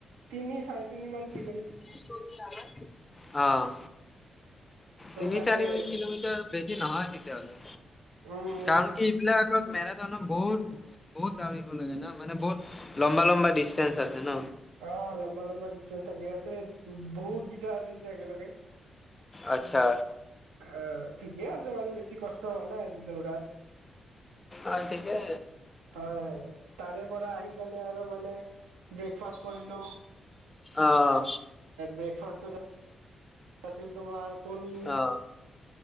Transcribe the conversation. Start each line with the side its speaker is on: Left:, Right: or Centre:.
Right: তিনি চাৰে তিনি মান কে
Left: অহ
Right: চ'
Left: তিনি
Right: তাকে
Left: চাৰি কিলোমিটাৰ বেছি নহয় তেতিয়া হ'লে।
Right: উম উম
Left: কাৰণ কি এইবিলাক আগত মেৰাথনত বহুত বহুত দাউৰিব লাগে ন মানে বহুত লম্বা লম্বা ডিচষ্টেঞ্চ আছে ন।
Right: অ লম্বা লম্বা ডিচষ্টেঞ্চ থাকে ইয়াতে বহুত গিটা আছিল যে একেলগে।
Left: আত্চ্ছা
Right: অহ ঠিকে আছে বাৰু বেছি কষ্ট হোৱা নাই আজি দৌৰাত।
Left: অ ঠিকে
Right: হয় তাৰে পৰা আহি কেনে আৰু মানে ব্ৰেকফাষ্ট কৰিলোঁ
Left: অ'
Right: ব্ৰেকফাষ্টটোতা আছিল তোমাৰ কণী
Left: অ'